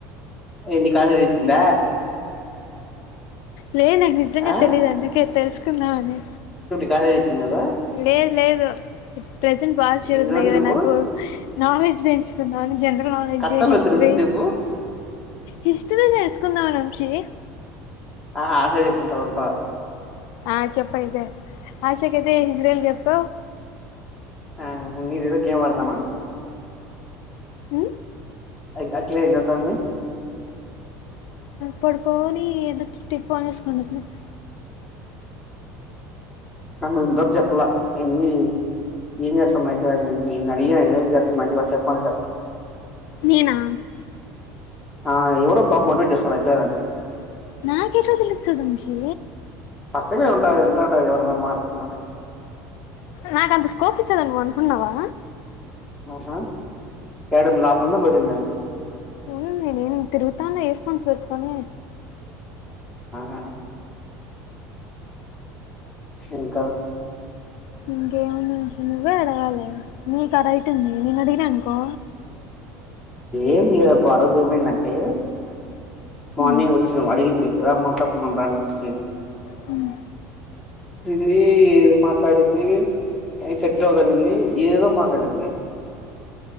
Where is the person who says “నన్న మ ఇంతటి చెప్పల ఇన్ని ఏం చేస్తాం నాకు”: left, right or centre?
Centre